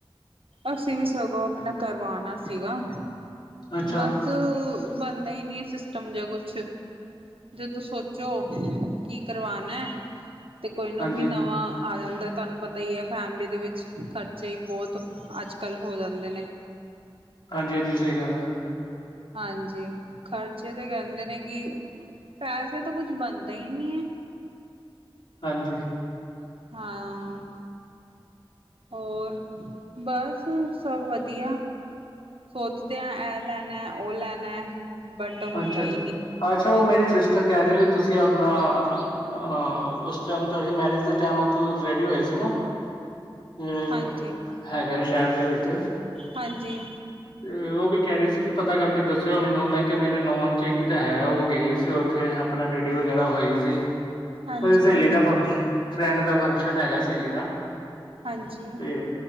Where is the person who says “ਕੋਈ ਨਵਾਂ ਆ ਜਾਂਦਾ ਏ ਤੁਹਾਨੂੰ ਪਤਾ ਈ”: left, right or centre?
Right